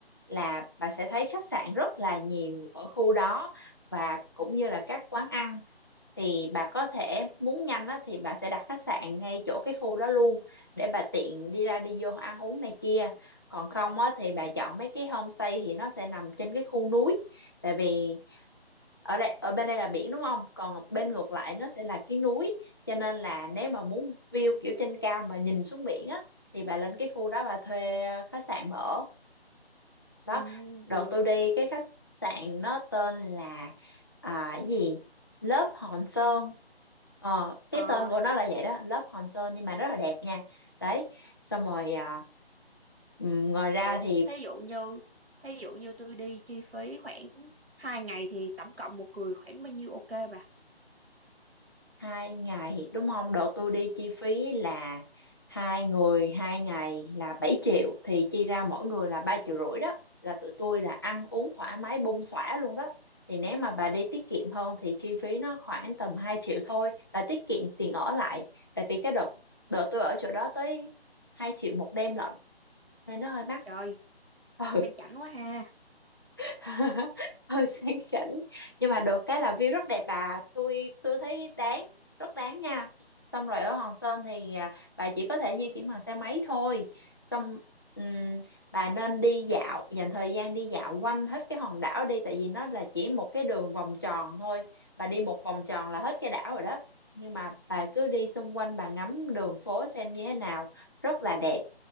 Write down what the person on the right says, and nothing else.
Ừ,
được.
Ờ,
ủa
thí dụ như thí dụ như tôi đi chi phí khoảng 2 ngày thì tổng cộng một người khoảng bao nhiêu ok bà?
Trời,
sang chảnh quá ha.